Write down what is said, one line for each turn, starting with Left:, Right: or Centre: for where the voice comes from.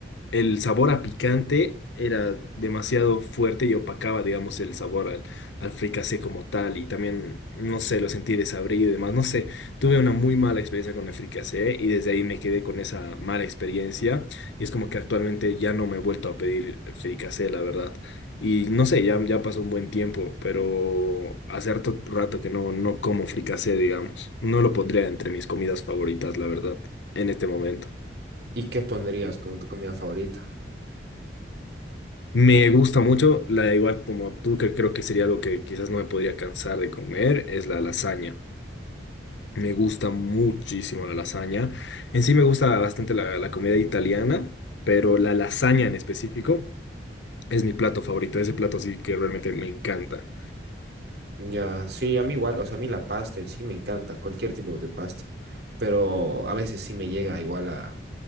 Left: el sabor a picante era demasiado fuerte y opacaba, digamos, el sabor al, al fricasé como tal. Y también, no sé, lo sentí desabrido y demás. No sé, tuve una muy mala experiencia con el fricasé y desde ahí me quedé con esa mala experiencia. Y es como que actualmente ya no me he vuelto a pedir fricasé, la verdad. Y no sé, ya, ya pasó un buen tiempo, pero hace harto rato que no, no como fricasé, digamos. No lo pondría entre mis comidas favoritas, la verdad, en este momento.
Right: ¿Y qué pondrías como tu comida favorita?
Left: Me gusta mucho, la igual como tú, que creo que sería algo que quizás no me podría cansar de comer, es la lasaña. Me gusta muchísimo la lasaña. En sí me gusta bastante la, la comida italiana, pero la lasaña en específico. es mi plato favorito, ese plato sí que realmente me encanta.
Right: Ya, sí, a mí igual, o sea, a mí la pasta en sí me encanta, cualquier tipo de pasta, pero a veces sí me llega igual a,